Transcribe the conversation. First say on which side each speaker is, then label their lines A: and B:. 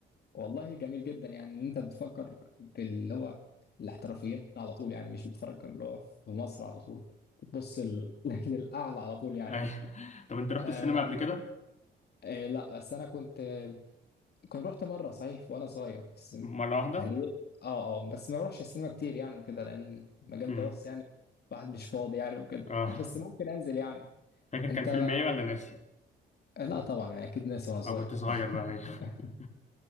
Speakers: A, on the left; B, on the left.
A: والله جميل جدا يعني ان انت بتفكر في اللي هو الاحترافيين على طول يعني مش بتفكر اللي هو في مصر على طول بتبص ال- <laughs> للاعلى على طول
B: <laughs>
A: يعني
B: أيوة. طب انت رحت
A: آه
B: السينما قبل كده
A: آه لا بس انا كنت آه، كنت رحت مره صحيح وانا صغير بس
B: مره واحده
A: يعني إيه، اه اه بس ما بروحش السينما كتير يعني وكده لان مجال
B: امم
A: دراستي يعني الواحد مش فاضي يعني وكده
B: اه
A: <laughs> بس ممكن انزل يعني
B: فاكر كان
A: انت
B: فيلم ايه ولا ناسي
A: آه، لا طبعا يعني اكيد ناسي وانا صغير
B: اه كنت صغير بقى أيوة.
A: <laughs>
B: <laughs>